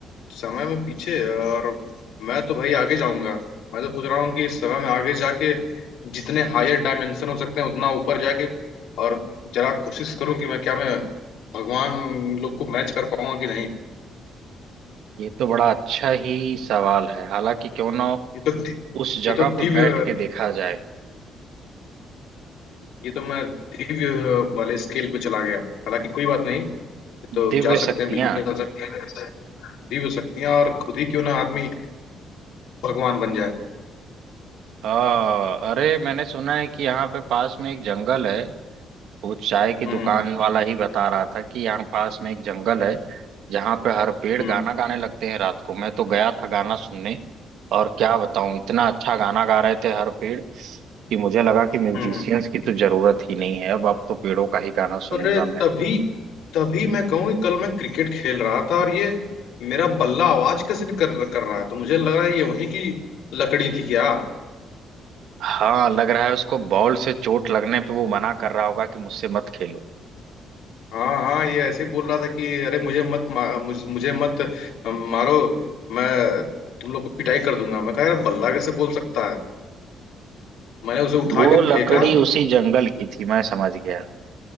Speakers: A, on the left; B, on the right.
A: समय में पीछे है और मैं तो भाई आगे जाऊंगा मैं तो सोच रहा हूँ कि समय में आगे जाके जितने हायर डायमेंशन हो सकते हैं उतना ऊपर जाके और जरा कोशिश करूँ कि मैं क्या मैं भगवान लोग को मैच कर पाऊंगा कि नहीं
B: ये तो बड़ा अच्छा ही सवाल है हालांकि क्यों ना
A: ये तो दि-
B: उस जगह
A: ये तो
B: पर
A: दिव्य
B: बैठ के देखा जाए
A: ये तो मैं दिव्य वाले स्केल पे चला गया हालांकि कोई बात नहीं ये तो
B: दिव्य
A: जा सकते
B: शक्तियां
A: हैं बिल्कुल जा सकते हैं दीव शक्तियां और खुद ही क्यों ना आदमी भगवान बन जाए
B: हाँ अरे मैंने सुना है कि यहाँ पे पास में एक जंगल है वो चाय की दुकान
A: हम्म
B: वाला ही बता रहा था कि यहाँ पास में एक जंगल है जहाँ पे हर पेड़
A: हम्म
B: गाना गाने लगते हैं रात को मैं तो गया था गाना सुनने और क्या बताऊं इतना अच्छा गाना गा रहे थे हर पेड़ कि मुझे लगा कि म्यूजिशियंस
A: हम्म
B: की तो जरूरत ही नहीं है अब अब तो पेड़ों का ही गाना सुनूंगा
A: अरे
B: मैं
A: तभी तभी मैं कहूँ कि कल मैं क्रिकेट खेल रहा था और ये मेरा बल्ला आवाज कैसे कर कर रहा है तो मुझे लग रहा है ये वहीं की लकड़ी थी क्या
B: हाँ लग रहा है उसको बॉल से चोट लगने पे वो मना कर रहा होगा कि मुझसे मत खेलो
A: हाँ हाँ ये ऐसे ही बोल रहा था कि अरे मुझे मत मा- मुझ, मुझे मत अ, मारो मैं तुम लोग को पिटाई कर दूंगा मैं कहा यार बल्ला कैसे बोल सकता है मैंने उसे उठा
B: वो
A: के
B: लकड़ी
A: फेंका
B: उसी जंगल की थी मैं समझ गया